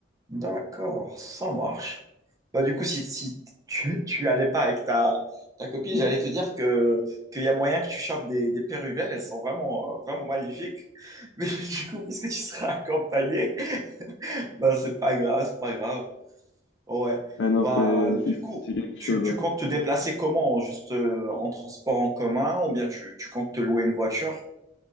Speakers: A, on the right; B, on the left.
A: D'accord, ça marche. Bah, du coup, si, si tu, tu allais pas avec ta, ta copine, j'allais te dire que, qu'il y a moyen que tu chopes des, des péruvelles, elles sont vraiment, euh, vraiment magnifiques. Mais <laughs> du coup, puisque tu seras accompagné, <laughs> bah, c'est pas grave, c'est pas grave. Ouais.
B: Ah non,
A: Bah,
B: c'est
A: du
B: c'est-
A: coup,
B: c'est quelque chose.
A: tu, tu
B: hein.
A: comptes te déplacer comment? Juste euh, en transport en commun ou bien tu, tu comptes te louer une voiture?